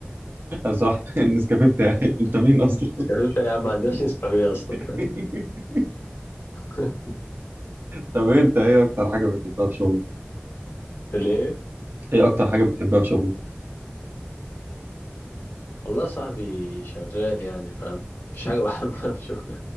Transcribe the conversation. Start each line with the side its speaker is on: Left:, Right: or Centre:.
Right: صح النسكافيه بتاعي <laughs> انت مين اصلا
Left: نسكافيه بتاعي يا عم ما عندناش نسكافيه اصلا
Right: <laughs>
Left: طريق <laughs>
Right: طب ايه انت ايه اكتر حاجة بتحبها في شغلك
Left: ليه
Right: ايه اكتر حاجة بتحبها في شغلك
Left: والله صاحبي شغال يعني فاهم مفيش حاجة بحبها <laughs> في شغل